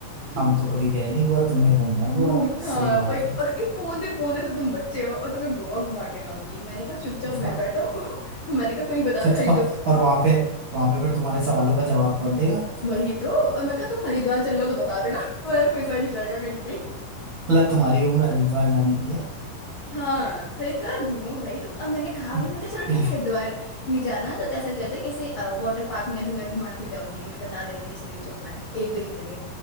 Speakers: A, on the right; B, on the left.
A: हम
B: <laughs>
A: तो कभी गए नहीं गोवा तुम्हें घूमना है गोवा
B: घूम
A: सही
B: हाँ
A: बात
B: वही
A: है
B: और ये पौंदे पौंदे से तुम बच्चे हो और तुम्हें गोवा घुमा के लाऊंगी मैंने कहा चुपचाप घर
A: हाँ,
B: बैठो <laughs> मैंने कहा कोई बता
A: फिर
B: दो
A: तुम
B: हरिद्वार
A: और वहां पे वहां पे फिर तुम्हारे सवालों का जवाब कौन देगा
B: वही तो और मैं कहा तुम हरिद्वार चल रहे हो तो बता देना <laughs> मेरा कोई सा नहीं जाएगा कहीं भी
A: गलत तुम्हारी उम्र हरिद्वार जाने की है
B: हाँ हरिद्वार घूमो भाई तो अब मैंने कहा
A: <laughs>
B: भी मैं कहा चलो ठीक
A: या
B: है हरिद्वार में जाना है, तो ऐसा करते हैं किसी वाटर पार्क में तुम्हें घुमा के ले आऊंगी मैं बता देना किस दिन चलना है एक दिन के लिए